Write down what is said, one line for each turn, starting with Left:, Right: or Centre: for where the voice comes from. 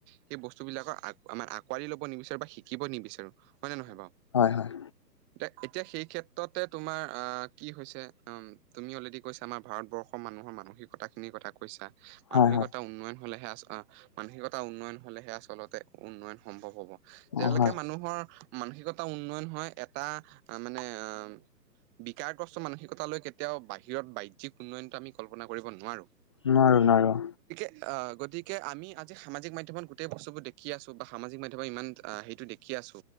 Right: সেই বস্তুবিলাকৰ আগ আমাৰ আঁকোৱালি লব নিবিচাৰো বা শিকিব নিবিচাৰো হয় নে নহয় বাও?
Left: হয় হয়
Right: এতিয়া সেই ক্ষেত্ৰতে তোমাৰ আ কি হৈছে উমঁ। তুমি অলৰেডি কৈছা আমাৰ ভাৰতবৰ্ষ। মানুহৰ মানসিকতা খিনি কথা কৈছা মানসিকতা
Left: হয় হয়
Right: উন্নয়ন হলেহে আচ - মানসিকতা উন্নয়ন হ'লেহে আচলতে উন্নয়ন সম্ভৱ হ'ব। যেতিলৈকে
Left: অ হয়
Right: মানুহৰ মানসিকতা উন্নয়ন হয় এটা - মানে অ বিকাৰগ্ৰস্ত মানসিকতা লৈ কেতিয়াও বাহিৰত বাইজ্যিক উন্নয়ন - এটো আমি কল্পনা কৰিব নোৱাৰো।
Left: নোৱাৰো, নোৱাৰো।
Right: অঁ গতিকে আমি আজি সামাজিক মাধ্যমত গোটেই বস্তু বোৰ দেখি আছো বা সামাজিক মাধ্যমত ইমান সেইটো দেখি - কি আছো